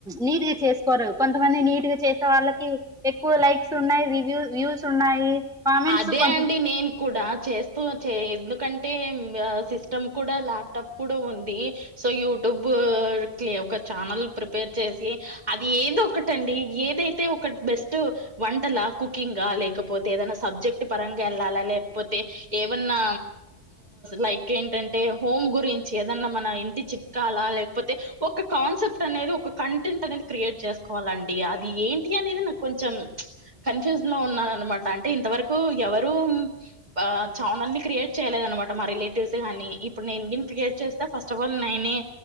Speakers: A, in the centre; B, on the right.
A: నీత్ కోరు కొంతమంది నీట్గా చేసే వాళ్ళకి ఎక్కువ లైక్స్ ఉన్నాయి రివ్యూ వ్యూస్ ఉన్నాయి కామెంట్స్
B: అదే
A: కొంత
B: అండి నేను కూడా చేస్తూ ఎందుకంటే సిస్టమ్ కూడా ల్యాప్టాప్ కూడా ఉంది సో యూట్యూబు కి ఒక ఛానల్ ప్రిపేర్ చేసి అది ఏద ఒకటండి ఏదైతే ఒకటి బెస్ట్ వంటలా కుకింగ్ లేకపోతే ఏదనా సబ్జెక్ట్ పరంగా వెళ్ళాలా లేకపోతే ఏమన్నా లైక్ ఏంటంటే హోమ్ గురించి ఏదన్నా మన ఇంటి చిట్కాలా లేకపోతే ఒక కాన్సెప్ట్ అనేది ఒక కంటెంట్ అనేది క్రియేట్ చేసుకోవాలండి అది ఏంటి అనేది నాకు కొంచెం కన్ఫ్యూజ్ లో ఉన్నాను అనమాట అంతవరకు ఎవరూం ఆ చానల్ని క్రియేట్ చేయలేదు అనమాట మా రిలేటివ్స్ గాని ఇప్పుడు నేనును క్రియేట్ చేస్తే ఫస్ట్ ఆఫ్ ఆల్ నేనే